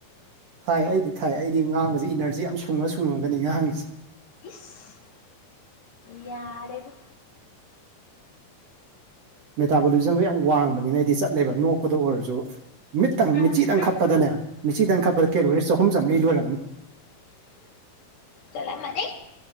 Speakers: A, on the right; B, on the left.
A: ꯊꯥꯏ ꯑꯩꯗꯤ ꯊꯥꯏ ꯑꯩꯗꯤ ꯉꯥꯡꯕꯁꯤ ꯏꯅꯔꯖꯤ ꯌꯥꯝ ꯁꯨꯡꯉ ꯁꯨꯡꯉꯒꯅꯤ ꯉꯍꯥꯡꯒꯤꯁꯤ
B: ꯏꯁ ꯌꯥꯔꯦꯕꯣ
A: ꯃꯦꯇꯥꯕꯣꯂꯤꯖꯝꯗ ꯌꯥꯝ ꯋꯥꯡꯕꯅꯤꯅ ꯑꯩꯗꯤ ꯆꯠꯂꯦꯕ ꯅꯣꯛꯄꯗ ꯑꯣꯏꯔꯁꯨ ꯃꯤꯠꯇꯪ
B: ꯎꯝ
A: ꯃꯤꯆꯤꯗꯪ
B: ꯎꯝ
A: ꯈꯞꯄꯗꯅꯦ ꯃꯤꯆꯤꯗꯪ ꯈꯞꯄꯗ ꯀꯦꯂꯣꯔꯤ ꯆꯍꯨꯝ ꯆꯥꯝꯃꯔꯤ ꯂꯣꯏꯔꯝꯅꯤ
B: ꯆꯂꯝ ꯃꯅꯤ